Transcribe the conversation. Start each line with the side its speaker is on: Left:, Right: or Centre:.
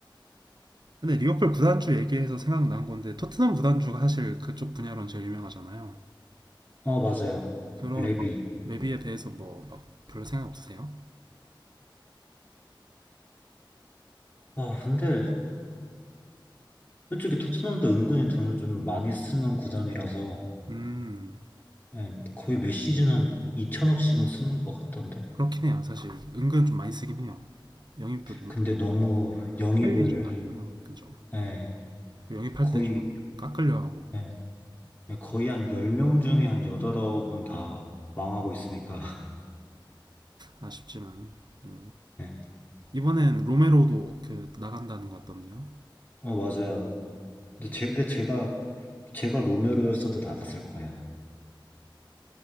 Right: 근데 리버풀 구단주 얘기해서 생각난 건데 토트넘 구단주가 사실 그쪽 분야로는 제일 유명하잖아요.
Left: 어 맞아요.
Right: 그런
Left: 레비.
Right: 막 레비에 대해서 뭐 막 별로 생각 없으세요?
Left: 아 근데 솔직히 토트넘도 은근히 돈을 좀 많이 쓰는 구단이라서
Right: 음,
Left: 네, 거의 몇 시즌 한 2천억씩은 쓰는 것 같던데.
Right: 그렇긴 해요. 사실 은근 좀 많이 쓰긴 해요. 영입도 좀
Left: 근데 너무 영입을
Right: 회율이 좀 낮나요? 그죠?
Left: 네,
Right: 그 영입할
Left: 거의
Right: 때 좀 깎으려 하고
Left: 네. 네, 거의 한 10명 중에 한 8분 다 망하고 있으니까. <laughs>
Right: 아쉽지만 네.
Left: 네.
Right: 이번엔 로메로도 그 나간다는 것 같던데요.
Left: 어, 맞아요. 근데,
Right: 그죠?
Left: 제, 근데 제가, 제가 로메로였어도 나갔을 거예요.